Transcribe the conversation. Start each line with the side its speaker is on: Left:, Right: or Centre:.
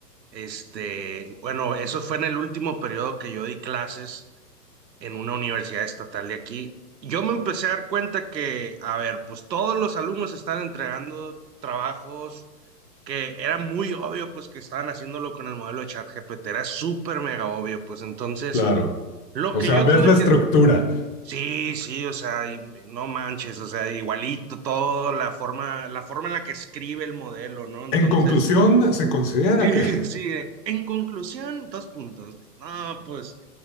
Right: este, bueno, eso fue en el último periodo que yo di clases en una universidad estatal de aquí. Yo me empecé a dar cuenta que, a ver, pues todos los alumnos están entregando trabajos que era muy obvio, pues que estaban haciéndolo con el modelo de ChatGPT, era súper mega obvio, pues entonces
Left: claro.
Right: lo
Left: O
Right: que
Left: sea,
Right: yo
Left: ves
Right: tuve
Left: la
Right: que...
Left: estructura.
Right: Sí, sí, o sea, y- y no manches, o sea, igualito todo, la forma, la forma en la que escribe el modelo, ¿no? Entonces,
Left: En conclusión, se considera
Right: sí,
Left: que... <laughs>
Right: sí, eh, en conclusión, dos puntos. No, pues,